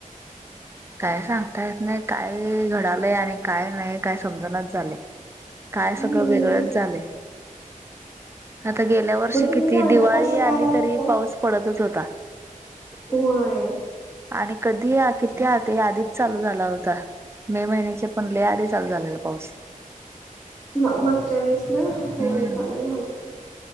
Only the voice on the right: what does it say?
काय सांगता येत नाही काय घडालंय आणि काय नाही काय समजणाच झालंय. काय
सगळं वेगळंच झालंय. आता गेल्या वर्षी
किती
दिवाळी
आली
तरी पाऊस पडतच होता.
आणि कधी ही किती आधी आधीच चालू झाला होता मे महिन्याच्या पण लय आधी चालू झालेला पाऊस.
हम्म.